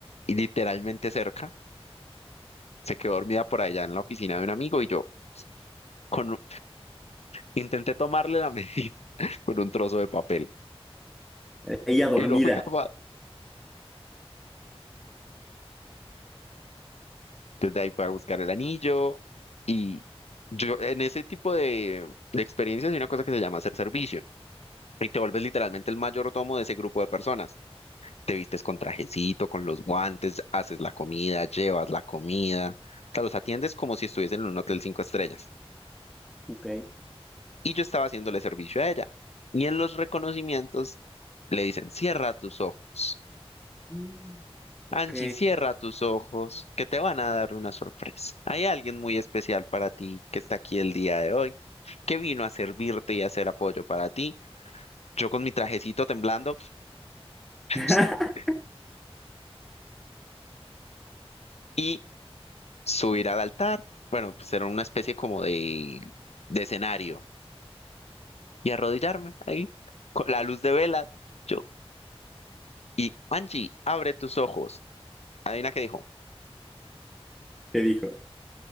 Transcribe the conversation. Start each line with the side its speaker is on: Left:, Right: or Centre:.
Left: y literalmente cerca. Se quedó dormida por allá en la oficina de un amigo y yo con, intenté tomarle la medida <laughs> con un trozo de papel
Centre: Ella dormida.
Left: y no fui capaz. Desde ahí fui a buscar el anillo y yo en ese tipo de, de experiencias hay una cosa que se llama hacer servicio y te vuelves literalmente el mayordomo de ese grupo de personas. te vistes con trajecito, con los guantes, haces la comida, llevas la comida, o sea, los atiendes como si estuviesen en un hotel cinco estrellas.
Centre: Ok.
Left: Y yo estaba haciéndole servicio a ella. Y en los reconocimientos le dicen, cierra tus ojos.
Centre: Mm, Ok.
Left: Angie, cierra tus ojos, que te van a dar una sorpresa. Hay alguien muy especial para ti que está aquí el día de hoy, que vino a servirte y a hacer apoyo para ti. Yo con mi trajecito temblando, <laughs>
Centre: <laughs>
Left: y subir al altar, bueno, pues era una especie como de, de escenario, y arrodillarme ahí, con la luz de velas, yo, y Angie, abre tus ojos. Adivina qué dijo,
Centre: ¿Qué dijo?